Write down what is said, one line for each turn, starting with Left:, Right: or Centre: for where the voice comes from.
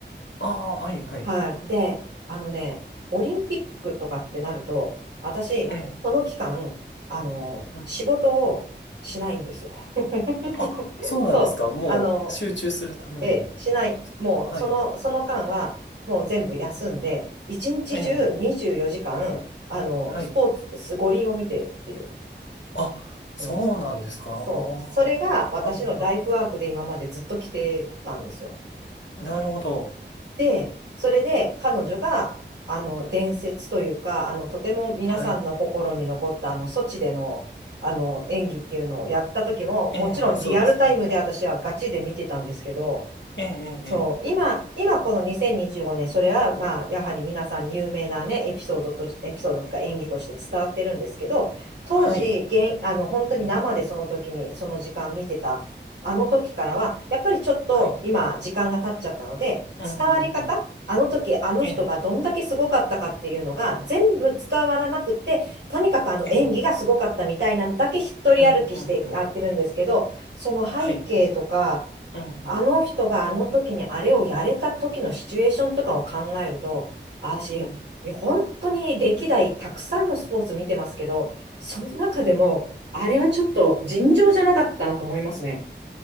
Left: ああ、はいはい。
Right: はい。で、あのね、オリンピックとかってなると、私、
Left: ええ。
Right: その期間、あの、
Left: うん。
Right: 仕事をしないんですよ。<laughs>
Left: あ、そうなんですか。
Right: そう。
Left: もう集中するためにみたいなことですか。
Right: あの、ええ、しない。もう、
Left: はい。
Right: その、その間は、もう全部休んで、一日中24時間、
Left: ええ。はい。
Right: あの、
Left: はい。
Right: スポーツ、五輪を見てるっていう。
Left: あ、そうなんですか。
Right: うん
Left: ああ、
Right: そう。それが私のライフワークで今までずっと来てたんですよ。
Left: はいはい。なるほど。
Right: で、それで彼女が、あの、伝説というか、あの、とても皆さんの心に残った、
Left: はい。
Right: あの、ソチでの、あの、演技っていうのをやった時も、もちろんリアルタイムで私はガチで見てたんですけど、
Left: ええ、そうですよね。はい。ええ、ええ、
Right: そう、
Left: ええ
Right: 今、今この2025年、それはまあ、やはり皆さんに有名なね、エピソードとし、エピソードというか演技として伝わってるんですけど、当時、
Left: はい。
Right: 現、あの、本当に生でその時に、
Left: うん
Right: その時間見てた、あの時からは、やっぱりちょっと今、
Left: はい。
Right: 時間が経っちゃったので、
Left: うんうんうん。
Right: 伝わり方、あの時、あの人がどんだけすごかったかっていうのが、
Left: ええ、
Right: 全部伝わらなくて、とにかくあの演技がすごかったみたいなのだけ一人歩きしてやってるんですけど、
Left: ええ。うんうんうん
Right: その背景とか、
Left: はい。うん、
Right: あの人があの時にあれをやれた時のシチュエーションとかを考えると、
Left: うん、うん。
Right: あ私、
Left: うん
Right: いや本当に歴代たくさんのスポーツ見てますけど、その中でも、あれはちょっと尋常じゃなかったなと思いますね。